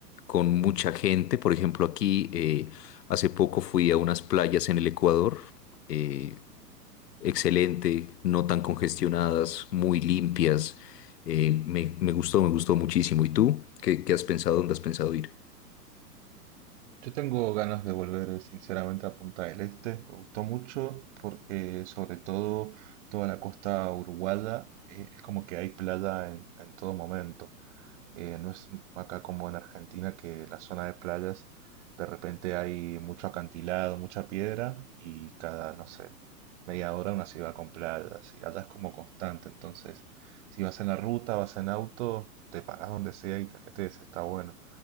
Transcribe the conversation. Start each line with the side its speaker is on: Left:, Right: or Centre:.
Left: con mucha gente. Por ejemplo, aquí eh, hace poco fui a unas playas en el Ecuador. eh, excelente, no tan congestionadas, muy limpias. Eh, me, me gustó, me gustó muchísimo. ¿Y tú? ¿Qué, qué has pensado? ¿Dónde has pensado ir?
Right: Yo tengo ganas de volver sinceramente a Punta del Este, me gustó mucho porque sobre todo toda la costa uruguaya eh, es como que hay playa en, en todo momento. Eh, no es acá como en Argentina que la zona de playas de repente hay mucho acantilado, mucha piedra y cada, no sé, media hora una ciudad con playas. Y allá es como constante, entonces si vas en la ruta, vas en auto, te paras donde sea y te metes, está bueno.